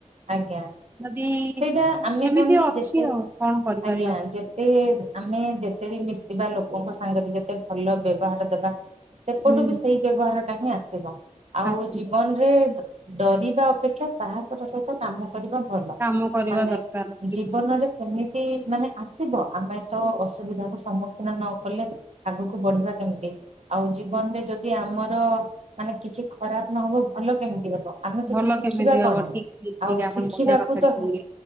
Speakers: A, on the right; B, on the right.
A: ଆଜ୍ଞା
B: ଯଦି
A: ସେଇଟା ଆମେ
B: ଏମିତି
A: କଣ କି
B: ଅଛି
A: ଯେତେ
B: ଆଉ କଣ କରିପାରିବା
A: ଆଜ୍ଞା ଯେତେ ଆମେ ଯେତେ ବି ମିଶଥିବା ଲୋକ ଲୋକଙ୍କ ସାଙ୍ଗରେ ଯେତେ ଭଲ ବ୍ୟବହାର ଦେବା। ସେପଟୁ
B: ହୁଁ
A: ବି ସେଇ ବ୍ୟବହାର ଟା ହିଁ ଆସିବ। ଆଉ
B: ଆସିବ
A: ଜୀବନରେ ଡରିବା ଅପେକ୍ଷା ସାହସ ର ସହିତ କାମ କରିବା ଭଲ।
B: କାମ କରିବା
A: ମାନେ
B: ଦରକାର ଠିକ
A: ଜୀବନରେ
B: ଠିକ
A: ସେମିତି ମାନେ ଆସିବ। ଆମେ ତ ଅସୁବିଧା କୁ ସମ୍ମୁଖୀନ ନ କଲେ ଆଗକୁ ବଢିବା କେମିତି। ଆଉ ଜୀବନ
B: ହୁଁ।
A: ରେ ଯଦି ଆମର ମାନେ କିଛି ଖରାପ ନହବ ଭଲ କେମିତି ହବ। ଆମେ ସେଠି
B: ଭଲ
A: ଶିଖିବା
B: କେମିତି ହବ
A: କଣ?
B: ଠିକ ଠିକ ଠିକ
A: ଆଉ
B: ଆପଣ
A: ଶିଖିବାକୁ
B: ବଢିଆ କଥାଟେ
A: ତ
B: କହିଲେ